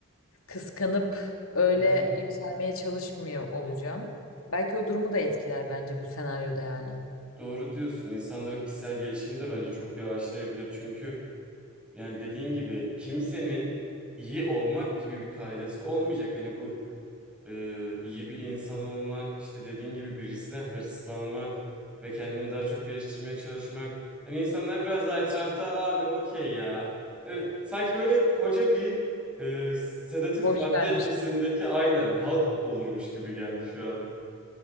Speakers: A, on the left (about 70°); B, in the centre.
A: kıskanıp öyle
B: Hı hı.
A: yükselmeye çalışmıyor olacağım. Belki o durumu da etkiler bence bu senaryoda yani.
B: Doğru diyorsun. İnsanların kişisel gelişimi de bence çok yavaşlayabilir. Çünkü yani dediğin gibi kimsenin iyi olmak gibi bir kaidesi olmayacak. Hani bu e, iyi bir insan olmak, işte dediğin gibi birisine hırslanmak ve kendini daha çok geliştirmeye çalışmak. Hani insanlar biraz daha etrafta abi okey ya. Evet, sanki böyle koca bir e, sedatif
A: Boş
B: madde
A: vermiş.
B: etkisindeki aynen halk olurmuş gibi geldi şu an.